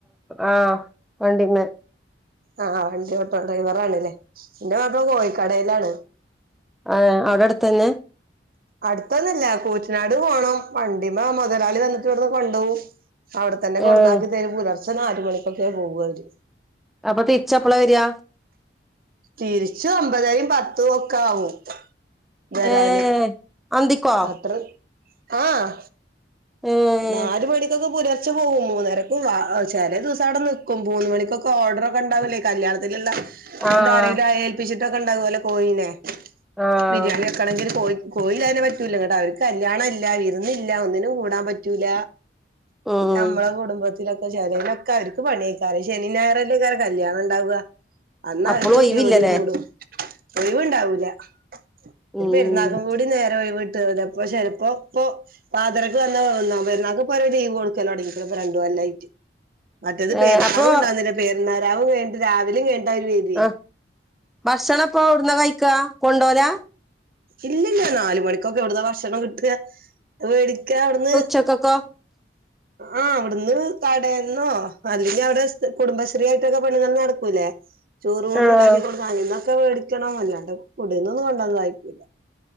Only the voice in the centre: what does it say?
അ ആഹ്. വണ്ടിമേ
ആഹ്. അവിടടുത്തന്നെ?
ഏഹ്
അപ്പ തിരിച്ചെപ്പളാ വരാ?
ഏഹ് അന്തിക്കോ
ഏഹ്
ആഹ്
ആഹ്
ഉം
അപ്പളും ഒഴിവില്ലല്ലേ
ഉം
ഏഹ് അപ്പൊ
ആഹ് ഭക്ഷണം അപ്പോ എവിടുന്നാ കഴിക്കാ കൊണ്ടോവലാ.
ഉച്ചക്കക്കോ.
ആഹ്